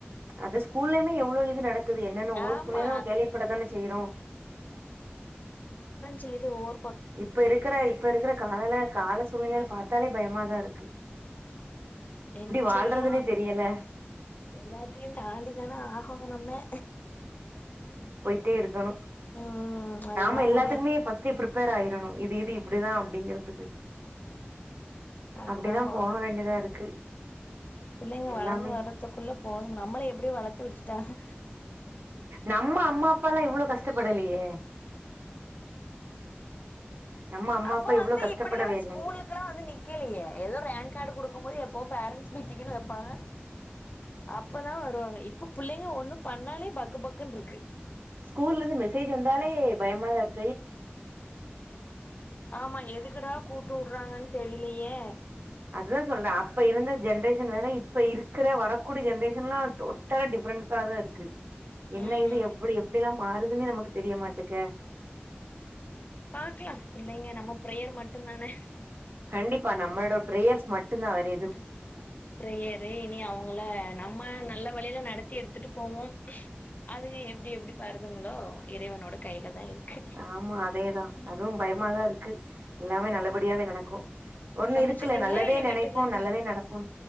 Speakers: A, on the right; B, on the left.
A: அது ஸ்கூல்லயுமே எவ்ளோ இது நடக்குது என்னன்ன ஒவ்வொரு
B: ஆமா
A: ஸ்கூல்லயெல்லா கேள்விப்பட தானே செய்யிறோ
B: சேது ஓரோ
A: இப்ப இருக்குற இப்ப இருக்குற காலல கால சூழ்நிலையில பாத்தாலே பயமா தா இருக்
B: என்ன
A: வாழ்றதுன்னே
B: செய்ய
A: தெரியல
B: எல்லாத்தையு தாண்டிதானே ஆகணு நம்ம
A: ட்டே இருக்கணு
B: ம் அதுதா
A: நாம எல்லாத்துக்குமே
B: ஒரு
A: ஃபஸ்டே பிரிப் பிரிப்பர் ஆயிரணு இது இது இப்படிதா அப்படிங்கறது
B: அதா
A: அப்டிதா
B: போல
A: போக வேண்டியதா இருக்கு
B: புள்ளைங்க
A: எல்லாமே
B: வளந்து வரதுக்குள்ள போதும் நம்மள எப்பிடியோ வளத்து விட்டுட்டாக
A: நம்ம அம்மா அப்பாலா இவ்வளோ கஷ்டப்படலையே நம்ம அம்மா
B: அப்போ
A: அப்பா இவ்ளோ
B: வந்து
A: கஷ்டப்படவே
B: இப்பிடிலா
A: இல்ல
B: ஸ்கூலுக்கு எல்லா வந்து நிக்கலையே ஏதோ ரேங்க் கார்டு கொடுக்கு போது எப்போ பேரண்ட்ஸ் மீட்டிங்ன்னு வெப்பாங்க அப்பதா வருவாங்க இப்ப பிள்ளைங்க ஒண்ணு பண்ணாலே பக்கு பக்கு க்குனு இருக்கு
A: ஸ்கூல்ல இருந்து மெசேஜ் வந்தாலே பயமாதா இருக்
B: ஆமா எதுக்குடா கூப்டு விடுறாங்கன்னு தெரியிலேயே
A: அதுதா சொல்றே அப்ப இருந்த ஜென்ரேஷன் வேற இப்ப இருக்குற வரக்கூடிய ஜென்ரேஷன் எல்லா டோட்டலா டிஃப்ரெண்ஸதா இருக்கு என்ன
B: ம்
A: இது எப்டி எப்பிடில்லா மாறுதுன்னே நமக்கு தெரிய மாட்டுக்க
B: பாக்கலா பிள்ளைங்க நம்ம பிரேயர் மட்டுந்தானே
A: கண்டிப்பா நம்மளோட ப்ரேயர்ஸ் மட்டுந்தா வேர
B: ஆ ப்ரேயரு இனி அவங்கள நம்ம நல்ல வழியில நடத்தி எடுத்துட்டு போவோம் அதுங்க எப்பிடி எப்பிடி வருதுங்களோ இறைவனோட கையில தா இருக்கு
A: ஆமா அதேதா
B: உம்
A: அதுவு பயமாதா இருக்கு எல்லாமே நல்லபடியாவே நடக்கும் ஒண்ணும்
B: சமைச்சிட்டீங்களா
A: இருக்குல்ல நல்லதே
B: இனிமேட்டு
A: நினைப்போம்
B: தானா
A: நல்லதே நடப்போம்